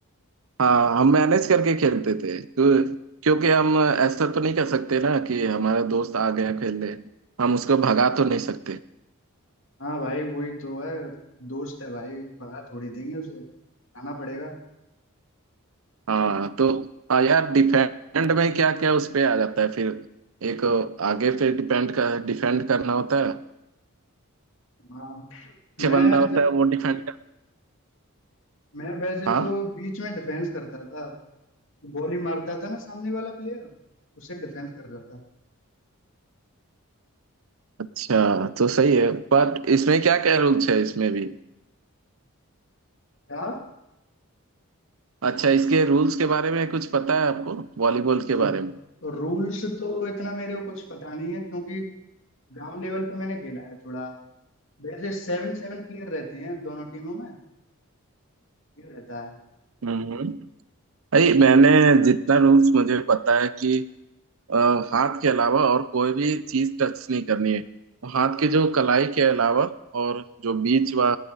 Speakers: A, on the right; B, on the left.
A: हाँ हम मैनेज करके खेलते थे तो क्योंकि हम ऐसा तो नहीं कर सकते ना कि हमारा दोस्त आ गया खेलने हम उसको भगा तो नहीं सकते
B: हाँ भाई वही तो है दोस्त है भाई भगा थोड़ी देंगे उसे आना पड़ेगा
A: हाँ तो हाँ यार डिफेंड में क्या क्या उस पे आ जाता है फिर एक आगे पे डिपेंड कर डिफेंड करना होता है
B: हाँ
A: पीछे
B: मैं
A: बंदा होता
B: ज,
A: है वो डिफेंड कर
B: मैं वैसे
A: हाँ
B: तो बीच में डिफेंस करता था बॉली मारता था ना सामने वाला प्लेयर उसे डिफेंस कर रहा था
A: अच्छा तो सही है बट इसमें क्या क्या रूल्स है इसमें भी
B: क्या
A: अच्छा इसके रूल्स के बारे में कुछ पता है आपको वॉलीबॉल के
B: रू,
A: बारे में
B: रूल्स तो इतना मेरे को कुछ पता नहीं है क्योंकि गांव लेवल पे मैंने खेला है थोड़ा वैसे सेवन सेवन प्लेयर रहते हैं दोनों टीमों में ये रहता है
A: हम्म भाई मैंने जितना रूल्स मुझे पता है कि अ, हाथ के अलावा और कोई भी चीज टच नहीं करनी है तो हाथ के जो कलाई के अलावा और जो बीच व